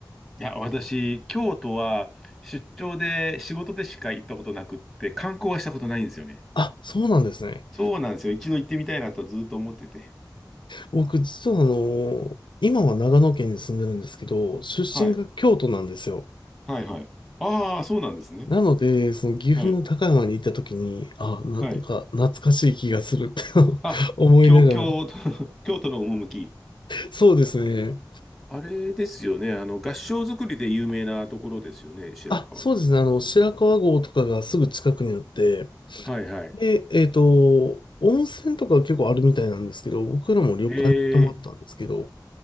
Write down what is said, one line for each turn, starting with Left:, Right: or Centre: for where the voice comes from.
Centre: いや、私、京都は出張で仕事でしか行ったことなくって、観光はしたことないんですよね。
Left: あ、そうなんですね。
Centre: そうなんですよ。一度行ってみたいなとずっと思ってて。
Left: 僕、実はあの、今は長野県に住んでるんですけど、出身が京都なんですよ。
Centre: はい、はい、はい。ああ、そうなんですね。
Left: なので、その岐阜の高山に行った時に、
Centre: はい。
Left: あ、なんか懐かしい気がするって
Centre: はい。あ、
Left: <laughs> 思いながら。
Centre: 京、京都、<laughs> 京都の趣。
Left: そうですね。
Centre: あれですよね。あの、合掌造りで有名なところですよね、白川郷。
Left: あ、そうですね。あの、白川郷とかがすぐ近くにあって、
Centre: はいはい。
Left: で、えっと、温泉とか結構あるみたいなんですけど、僕らも旅館に泊まったんですけど、
Centre: えー、